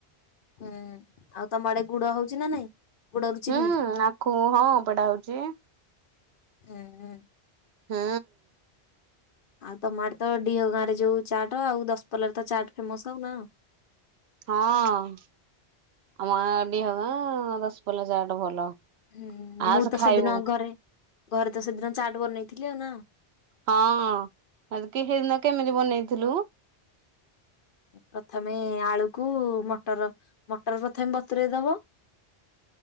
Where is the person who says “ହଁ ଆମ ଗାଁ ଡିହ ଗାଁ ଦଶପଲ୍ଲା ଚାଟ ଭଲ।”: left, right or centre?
Right